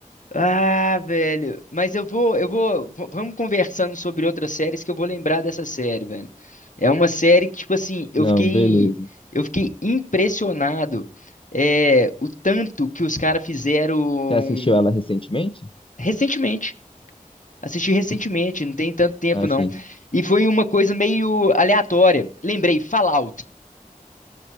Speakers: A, on the left; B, on the left.
A: Ah, velho. Mas eu vou, eu vou. v- Vamos conversando sobre outras séries que eu vou lembrar dessa série, velho. É uma série que, tipo assim, eu
B: Não,
A: fiquei.
B: beleza.
A: Eu fiquei impressionado. É, o tanto que os caras fizeram.
B: Você assistiu ela recentemente?
A: Recentemente. Assisti recentemente, não tem tanto tempo
B: Ah,
A: não.
B: sim.
A: E foi uma coisa meio aleatória. Lembrei, Fallout.